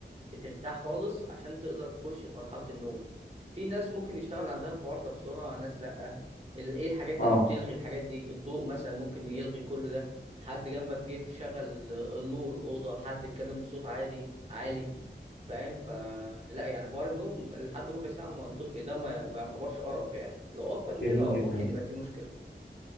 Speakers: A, on the right; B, on the left.
A: بترتاح خالص عشان تقدر تخش في مرحله النوم في ناس ممكن يشتغل عندها الحوار ده بسرعه ناس لا ال- ايه الحاجات
B: اه
A: اللي بتلغي الحاجات دي الضوء مثلا ممكن يلغي كل ده حد جنبك جه شغل النور الاوضه حد اتكلم بصوت عادي عالي فاهم فلا يعني حوار النوم لحد ربع ساعة منطقي ده ما, ما يعتبرش أرق يعني لو أكتر من
B: جميل
A: كده اه
B: جدا
A: ممكن يبقى فيه مشكلة